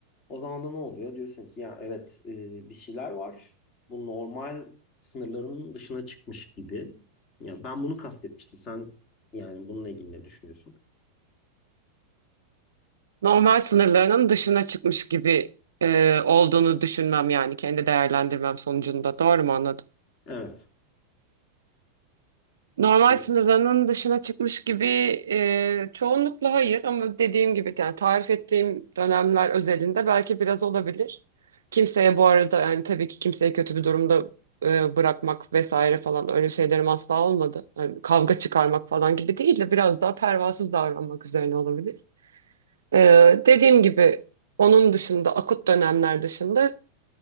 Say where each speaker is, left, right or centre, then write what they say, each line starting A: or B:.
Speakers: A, on the left; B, on the right.
A: o zaman da ne oluyor? Diyorsun ki ya evet e, bir şeyler var. Bu normal sınırlarımın dışına çıkmış gibi. Ya ben bunu kastetmiştim. Sen yani bununla ilgili ne düşünüyorsun?
B: normal sınırlarının dışına çıkmış gibi e, olduğunu düşünmem yani kendi değerlendirmem sonucunda. Doğru mu anladım?
A: Evet.
B: Normal
A: Ve-
B: sınırlarının dışına çıkmış gibi e, çoğunlukla hayır ama dediğim gibi yani tarif ettiğim dönemler özelinde belki biraz olabilir. Kimseye bu arada yani tabii ki kimseyi kötü bir durumda e, bırakmak vesaire falan öyle şeylerim asla olmadı. Yani kavga çıkarmak falan gibi değil de biraz daha pervasız davranmak üzerine olabilir. Ee, dediğim gibi onun dışında akut dönemler dışında